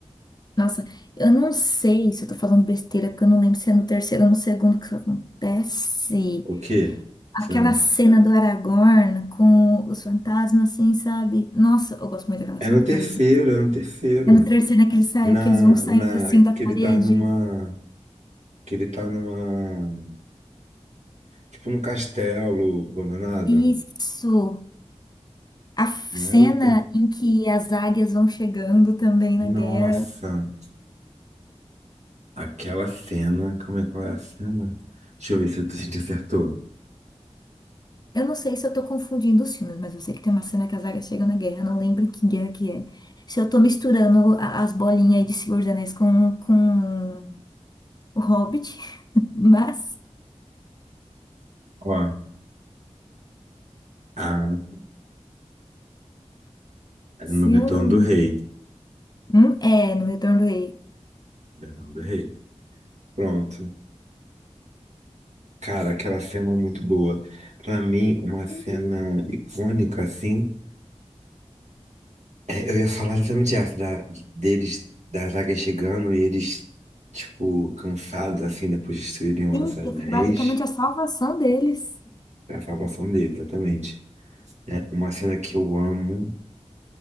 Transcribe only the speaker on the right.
O quê?
Você lembra?
É
no terceiro,
é no terceiro.
Na,
na,
que
ele tá numa, que ele tá numa, tipo num castelo abandonado.
Não
é no ter-
Nossa.
Aquela cena. Como é qual é a cena? Deixa eu ver se a gente acertou.
Ó, ah, é
no Retorno
do
Rei.
Retorno do Rei. Pronto. Cara, aquela cena é muito boa. Pra mim, uma cena
icônica, assim. é, eu ia falar exatamente essa, da, deles, da zaga chegando e eles, tipo, cansados, assim, depois de destruírem os
anéis.
É a salvação deles, exatamente. É uma cena que eu amo